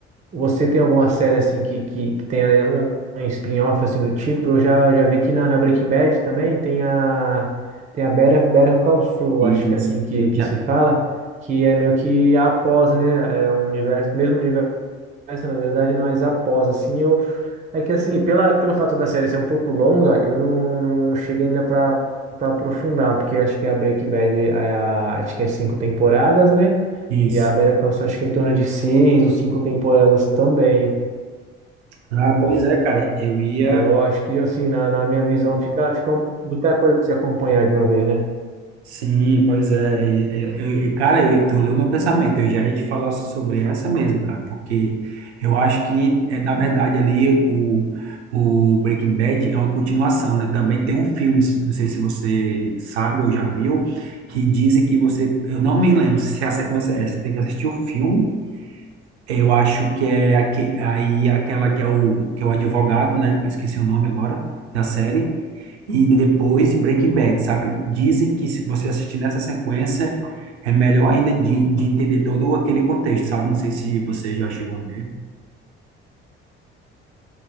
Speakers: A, on the right (about 20°); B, on the right (about 80°).
A: você tem alguma série assim que, que, que tenha um, um spin-off assim do tipo? Eu já, já vi que na, na Breaking Bad também tem a tem a Better, Better Call Saul,
B: E
A: acho que é assim que,
B: eu
A: que
B: já
A: se fala, que é meio que após, né, é um universo, mesmo universo essa, na verdade, mas após, assim, eu. É que, assim, pela, pelo fato da série ser um pouco longa, eu não, não, não cheguei ainda pra, pra aprofundar, porque acho que a Breaking Bad, é é a, acho que é cinco temporadas, né?
B: isso.
A: E a Better Call Saul, acho que é em torno de seis ou cinco temporadas também.
B: Ah, pois é, cara. Eu ia
A: Aí eu acho que, assim, na, na minha visão, fica, fica um- muita coisa pra se acompanhar de uma vez, né?
B: Sim, pois é. E- e- eu- e, cara, eu, tu leu meu pensamento. Eu já ia te falar sobre essa mesmo, cara, porque eu acho que, é, na verdade, ali o, o Breaking Bad é uma continuação, né? Também tem um filme, se- não sei se você sabe ou já viu, que dizem que você. Eu não me lembro se a sequência é essa, tem que assistir o filme eu acho que é aque- aí aquela que é o que é o advogado, né? Eu esqueci o nome agora da série. E depois Breaking Bad, sabe? Dizem que se você assistir nessa sequência é melhor ainda de, de entender todo aquele contexto, sabe? Não sei se você já chegou a ver.